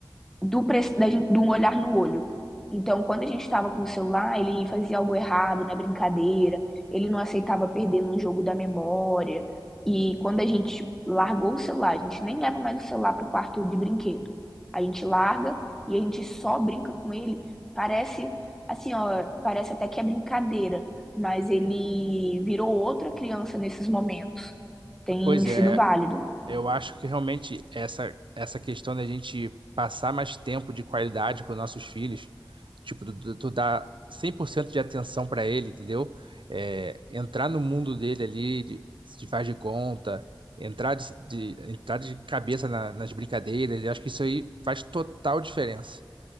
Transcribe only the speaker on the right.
Pois é,
Eu acho que realmente essa, essa questão da gente passar mais tempo de qualidade com nossos filhos, tipo, tu, tu dar 100% de atenção para ele, entendeu? É, entrar no mundo dele ali, de, de faz de conta, entrar de, de- entrar de cabeça na- nas brincadeiras, eu acho que isso aí faz total diferença.